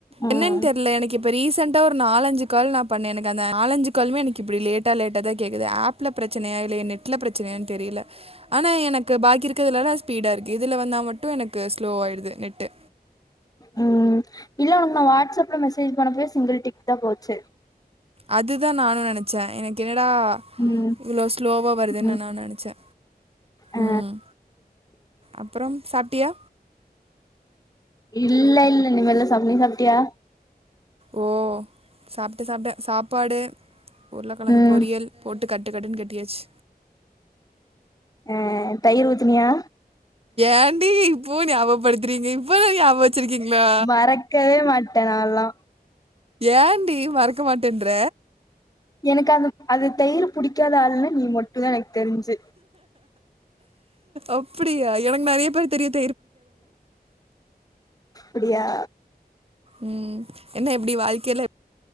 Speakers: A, on the left (about 20°); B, on the right (about 35°).
A: ம்
B: என்னன் தெர்ல எனக்கு இப் இப்ப ரீசண்ட்டா ஒரு நாலஞ்சு கால் நா பண்ணே எனக்கு அந்த நாலஞ்சு கால்மே எனக்கு இப்டி லேட்டா லேட்டா தா கேக்குது ஆப்புல பிரச்சனயா இல்ல எ நெட்ல பிரச்சனையான்னு தெரியில ஆனா எனக்கு பாக்கி இருக்கிறதுலலா ஸ்பீடா இருக்கு இதுல வந்தா மட்டு எனக்கு ஸ்லோவாயிடுது நெட்டு
A: ம் இல்ல உனக்கு நா வாட்ஸ்அப்ல மெசேஜ் பண்ணப்பயே சிங்கிள் டிக் தா போச்சு
B: அதுதா நானு நெனச்சே எனக்கு என்னடா
A: ம்
B: இவ்ளோ ஸ்லோவா வருதுன்
A: ம்
B: நா நெனச்சே
A: ஆ
B: ம் அப்புறோ சாப் டியா
A: இல்ல இல்ல இனிமேல் தா சாப்டனு நீ சாப்ட்டியா
B: ஓ சாப்டே சாப்டே சாப்பாடு உருளக்கெழங்கு
A: ம்
B: பொரியல் போட் ட்டு கட்டு கட்டுனு கட்டியாச்சு
A: ஆஹ் தயிர் ஊத்துனியா
B: ஏன்டி இப்போ ஞாபகப்படுத்துறீங்க இப்பல்லா ஞாபக வச்சிருக்கீங்களா
A: மறக்கவே மாட்டே நால்லா
B: ஏன்டி மறக்க மாட்டேன்ற
A: எனக்கு அந்த அது தயிர் புடிக்காத ஆள்ன்ன நீ மட் டு தா எனக்கு தெரிஞ்சு
B: அப்டியா எனக்கு நறைய பேர் தெரியது
A: அப்டியா
B: ம் என்ன எப்டி வாழ்க்கைல